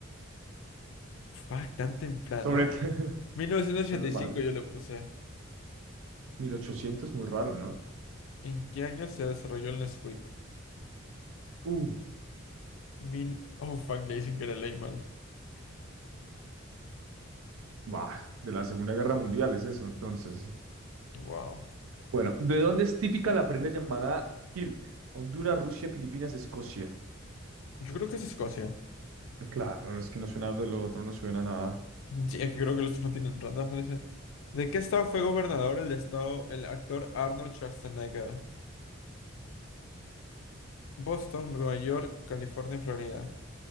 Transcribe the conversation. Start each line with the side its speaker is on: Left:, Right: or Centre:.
Left: Fuck, tan temprano.
Right: Sobre... <laughs>
Left: mil novecientos ochenta
Right: Menos
Left: y
Right: mal.
Left: cinco yo le puse.
Right: 1800, muy raro, ¿no?
Left: ¿En qué año se desarrolló el Nesquik?
Right: Uh,
Left: Mil... Oh, fuck, le dicen que le leí mal.
Right: bah, de la Segunda Guerra Mundial es eso, entonces.
Left: Wow.
Right: Bueno, ¿de dónde es típica la prenda llamada kilt? Honduras, Rusia, Filipinas, Escocia.
Left: Yo creo que es Escocia.
Right: Claro, es que no suena de lo otro, no suena a nada.
Left: Sí, es que creo que los otros no tienen rondas, parece. ¿De qué estado fue gobernador el estado, el actor Arnold Schwarzenegger? Boston, Nueva York, California, Florida.